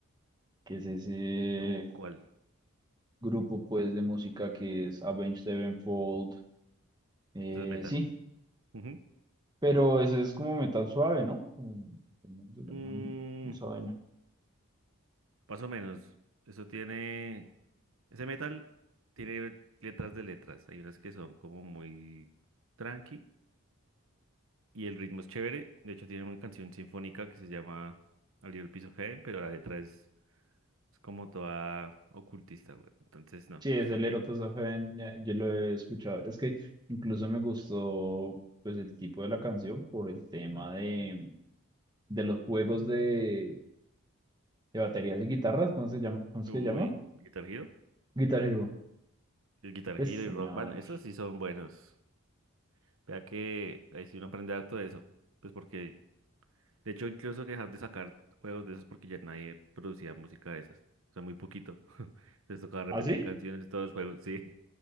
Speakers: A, on the right (about 20°); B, on the right (about 70°).
A: qué es ese
B: como cuál,
A: grupo pues de música que es Avenged Sevenfold. Eh,
B: eso es metal.
A: sí,
B: Ujú.
A: pero ese es como metal suave, ¿no? Eh, ¿Cómo se llama?
B: Mm,
A: esa vaina?
B: más o menos, eso tiene, ese metal tiene letras de letras, hay unas que son como muy tranqui y el ritmo es chévere, de hecho tiene una canción sinfónica que se llama A Little Piece of Heaven, pero la letra es Es como toda ocultista, güey. Entonces, no.
A: Sí, es
B: <laughs>
A: el Erotosafen, yo lo he escuchado. Es que incluso me gustó pues el tipo de la canción por el tema de, de los juegos de, de baterías y guitarras, ¿cómo se llama? ¿Cómo es
B: Uy,
A: que se llama?
B: Guitar Hero.
A: Guitar Hero.
B: El Guitar
A: Es
B: Hero
A: señor.
B: y Rock Band, esos sí son buenos. Vea que ahí sí uno aprende harto de eso. Pues porque, de hecho, incluso que dejar de sacar juegos de esos porque ya nadie producía música de esas. O sea, muy poquito. <laughs> Les tocaba repetir
A: ¿Ah, sí?
B: canciones de todos los juegos. Sí,